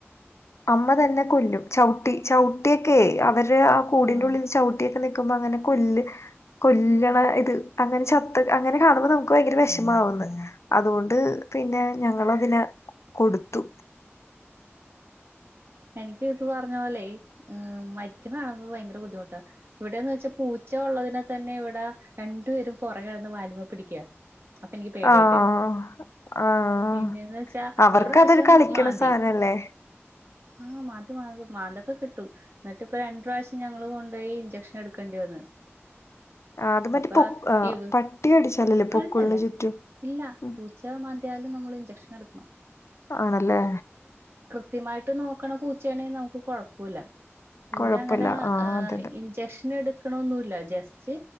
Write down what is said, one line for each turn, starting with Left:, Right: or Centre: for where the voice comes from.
Left: അമ്മ തന്ന കൊല്ലും ചവിട്ടി ചവിട്ടിയൊക്കെ അവര് ര്ആ കൂടിന്റെ
Right: ആഹ്
Left: ഉള്ളിൽ ചവിട്ടിയൊക്കെ നി ക്ക്മ്പ അങ്ങനെ കൊല്ല് കൊല്ലണ ഇത് അങ്ങനെ ചത്ത അങ്ങനെ കാണുമ്പോ നമുക്ക് ഭയങ്കര വെഷമാവ് ന്ന്. അതുകൊണ്ട് പിന്നെ ഞങ്ങളതിന കൊടുത്തു
Right: എനിക്ക് ഇത് പറഞ്ഞ പോലെ ആഹ് മരിക്കണ കാണുമ്പ ഭയങ്കര ബുദ്ധിമുട്ടാ ഇവിടെന്ന് വെച്ചാ പൂച്ച ച്ച ഉള്ളതിനെ തന്നെ ഇവിടെ രണ്ടു പേരും പൊറകെ നടന്ന് വാല്മ്മേ പിടിക്ക അപ്പൊ എനിക്ക് പേടിയായിട്ട്
Left: ആഹ് ആഹ് ആഹ്
Right: പിന്നെന്ന്
Left: ആഹ്
Right: വെച്ചാ
Left: അവർക്കതൊരു
Right: ഒരു പ്രാവശ്യം
Left: കളിക്കണ
Right: മാന്തി
Left: സാധനല്ലേ
Right: ആഹ് മന്തി മാന്ത്‌ മാന്തൊക്കെ കിട്ടും എന്നിട്ട് ഇപ്പൊ രണ്ട് പ്രാവശ്യം ഞങ്ങള് കൊണ്ട്പോയി ഇഞ്ചക്ഷൻ എടുക്കേണ്ടി വന്ന്
Left: ആ, അത് മറ്റേ
Right: അപ്പ
Left: പൊ ആ,
Right: ഇവ്
Left: പട്ടി കടിച്ചാലല്ലേ
Right: പൊക്ക്ൾന്റെല്ല
Left: പൊക്കിളിന് ചുറ്റും
Right: ഇല്ല
Left: ഉം.
Right: പൂച്ച മാന്തിയാലും നമ്മള് ഞ്ചെക്ഷനെടുക്കണം
Left: ആണല്ലേ
Right: കൃത്യമായി വീട്ടില് നോക്കണ പൂച്ചേണേ നമുക്ക് കൊഴപ്പൊല്ല ഇവര്
Left: കൊഴപ്പില്ല
Right: അങ്ങനെ
Left: ആഹ് അതെ അതെ
Right: ഇഞ്ചക്ഷൻ എടുക- കുഴപ്പമില്ല ജസ്റ്റ്